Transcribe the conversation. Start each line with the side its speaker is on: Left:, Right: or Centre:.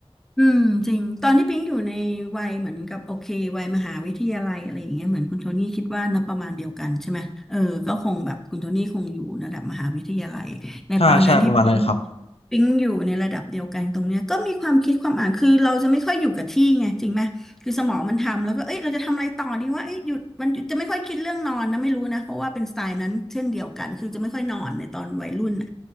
Centre: อืมจริงตอนที่ปิงอยู่ในวัยเหมือนกับโอเควัยมหาวิทยาลัยอะไรอย่างเงี้ยเหมือนคุณโทนี่คิดว่านะประมาณเดียวกันใช่ไหมเออก็คงแบบคุณโทนี่คงอยู่ระดับมหาวิทยาลัยในตอนนั้นที่ปิง
Left: ใช่ใช่ประมาณนั้นเลยครับ
Centre: ปิงอยู่ในระดับเดียวกันตรงเนี้ยก็มีความคิดความอ่านคือเราจะไม่ค่อยอยู่กับที่ไงจริงไหมคือสมองมันทำแล้วก็เอ้ยเราจะทำอะไรต่อดีว่าเอ้ยหยุดมันหยุดจะไม่ค่อยคิดเรื่องนอนนะไม่รู้นะเพราะว่าเป็นสไตล์นั้นเช่นเดียวกันคือจะไม่ค่อยนอนในตอนวัยรุ่นน่ะ